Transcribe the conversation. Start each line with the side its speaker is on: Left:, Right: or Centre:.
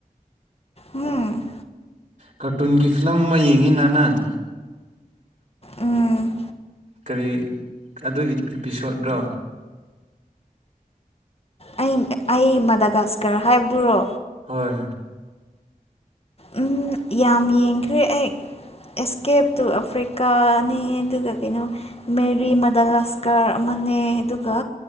Left: ꯎꯝ
Right: ꯀꯥꯔꯇꯨꯟꯒꯤ ꯐꯤꯂꯝ ꯑꯃ ꯌꯦꯡꯉꯤ ꯅ ꯅꯪ
Left: ꯎꯝ
Right: ꯀꯔꯤ ꯑꯗꯨꯒꯤ ꯑꯦꯄꯤꯁꯣꯗꯣ
Left: ꯑꯩ ꯑꯩ ꯃꯗꯥꯒꯥꯁꯀꯔ ꯍꯥꯏꯕꯗꯨꯔ
Right: ꯍꯣꯏ
Left: ꯎꯝ ꯌꯥꯝ ꯌꯦꯡꯈ꯭ꯔꯦ ꯑꯩ ꯑꯦꯁꯀꯦꯞ ꯇꯨ ꯑꯐ꯭ꯔꯤꯀꯥꯅꯦ ꯑꯗꯨꯒ ꯀꯩꯅꯣ ꯃꯦꯔꯤ ꯃꯗꯥꯂꯁꯀꯔ ꯑꯃ ꯐꯅꯩ ꯑꯗꯨꯒ